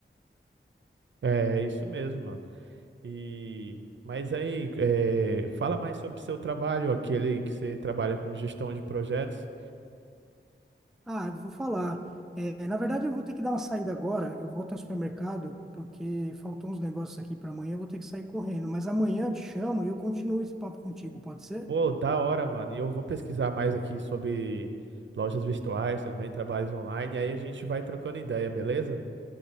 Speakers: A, on the right (about 60°); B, in the centre.
A: é isso mesmo, mano. E mas aí, é, fala mais sobre o seu trabalho, aquele que você trabalha com gestão de projetos.
B: Ah, eu vou falar. É, na verdade, eu vou ter que dar uma saída agora. Eu vou até o supermercado, porque faltam uns negócios aqui para amanhã. Eu vou ter que sair correndo. Mas amanhã eu te chamo e eu continuo esse papo contigo, pode ser?
A: Pô, da hora, mano. E eu vou pesquisar mais aqui sobre lojas virtuais, também trabalhos online. E aí a gente vai trocando ideia, beleza?